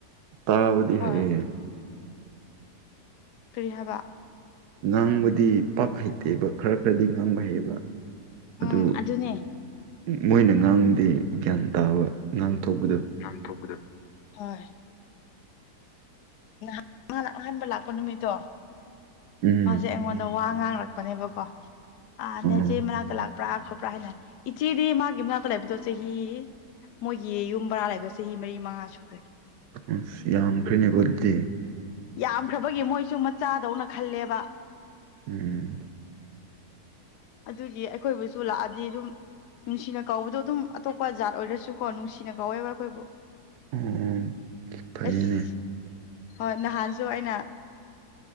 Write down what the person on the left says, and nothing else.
ꯍꯣꯏ
ꯀꯤꯔꯤ ꯍꯥꯏꯕ
ꯎꯝ ꯑꯗꯨꯅꯦ
ꯉꯥꯡꯊꯣꯛꯄꯗꯨ ꯍꯣꯏ ꯅꯥꯍꯟ ꯃꯥꯅ ꯑꯍꯥꯟꯕ ꯂꯥꯛꯄ ꯅꯨꯃꯤꯠꯇꯣ
ꯃꯥꯖꯦ ꯑꯩꯉꯣꯟ ꯗꯥ ꯋꯥ ꯉꯥꯡꯔꯛꯄꯅꯦꯕꯀꯣ ꯑꯥ
ꯅꯦꯆꯦ ꯃꯅꯥꯛꯇꯥ ꯂꯥꯛ ꯄ꯭ꯔꯥ ꯈꯣꯄ꯭ꯔꯥ ꯍꯥꯏꯅ ꯏꯆꯦꯗꯤ ꯃꯥꯒꯤ ꯃꯅꯥꯛꯇꯥ ꯂꯩꯥꯏꯕꯗꯣ ꯆꯍꯤ ꯃꯣꯏꯒꯤ ꯌꯨꯝ ꯕꯔꯥ ꯂꯩꯕ ꯆꯍꯤ ꯃꯔꯤ ꯃꯉꯥ ꯁꯨꯈ꯭ꯔꯦ
ꯌꯥꯝꯈ꯭ꯔꯥꯕꯒꯤ ꯃꯣꯏꯁꯨ ꯃꯆꯥꯗꯧꯅ ꯈꯜꯂꯦꯕ
ꯑꯗꯨꯒꯤ ꯑꯩꯈꯣꯏꯕꯨꯁꯨ ꯂꯥꯛꯑꯗꯤ ꯑꯗꯨꯝ ꯅꯨꯡꯁꯤꯅ ꯀꯧꯕꯗꯣ ꯑꯗꯨꯝ ꯑꯇꯣꯞꯄ ꯖꯥꯠ ꯑꯣꯏꯔꯁꯨꯀꯣ ꯅꯨꯡꯁꯤꯅ ꯀꯧꯋꯦꯕ ꯑꯩꯈꯣꯏꯕꯨ
ꯑꯁ ꯍꯣꯏ ꯅꯍꯥꯟꯁꯨ ꯑꯩꯅ